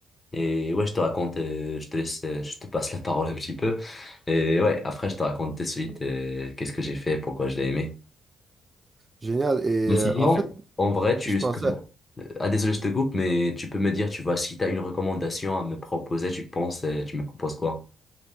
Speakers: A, on the left; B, on the right.
A: Et ouais, je te raconte, euh, je te laisse, euh, je te passe la <laughs> parole un petit peu. Et ouais, après, je te raconte de suite euh, qu'est-ce que j'ai fait, pourquoi je l'ai aimé.
B: Génial. Et
A: Mais
B: euh,
A: sinon,
B: en fait,
A: en vrai, tu...
B: je pensais,
A: Euh, Ah, désolé, je te coupe, mais tu peux me dire, tu vois, si tu as une recommandation à me proposer, tu penses, euh, tu me proposes quoi?